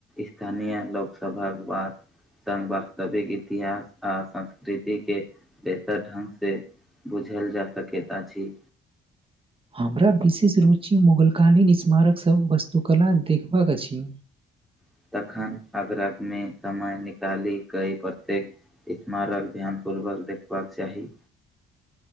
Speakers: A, in the centre; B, on the right (about 25°).
A: स्थानीय लोकसभक बात संग वास्तविक इतिहास आ संस्कृति के बेहतर ढंग से बुझल जा सकैत अछि
B: हमरा विशेष रुचि मुगल कालीन स्मारकसभ वस्तुकला देखबाक अछि
A: <inaudible> तखन आगरा मे समय निकाली प्रत्येक स्मारक ध्यान पूर्वक देखबाक चाही